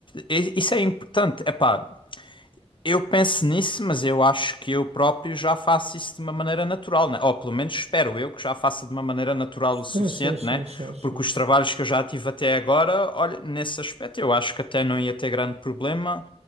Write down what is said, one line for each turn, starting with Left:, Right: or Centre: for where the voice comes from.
Left: i- isso é importante. Epá, eu penso nisso, mas eu acho que eu próprio já faço isso de uma maneira natural, né? Ou pelo menos espero eu que já faça de uma maneira natural
Right: Sim,
Left: o suficiente,
Right: sim, sim,
Left: né?
Right: sim, sim.
Left: Porque os trabalhos que eu já tive até agora, olha, nesse aspecto eu acho que até não ia ter grande problema.